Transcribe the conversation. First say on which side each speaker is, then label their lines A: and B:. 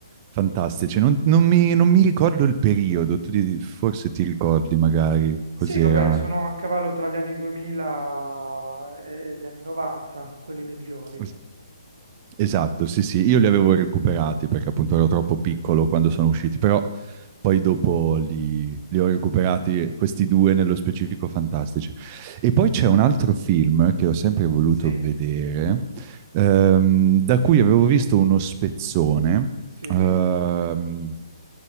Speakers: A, on the right (about 30°); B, on the right (about 70°).
A: fantastici. Non, non mi, non mi ricordo il periodo, tu ti- forse ti ricordi magari cos'era.
B: Sì, vabbè, sono a cavallo tra gli anni 2000 e e gli anni 90, quelli migliori.
A: Es- Esatto, sì, sì, io li avevo recuperati perché appunto ero troppo piccolo quando sono usciti, però poi dopo li, li ho recuperati questi due nello specifico fantastici. E poi c'è un altro film che ho sempre voluto
B: Sì,
A: vedere, ehm, da cui avevo visto uno spezzone,
B: sì,
A: ehm,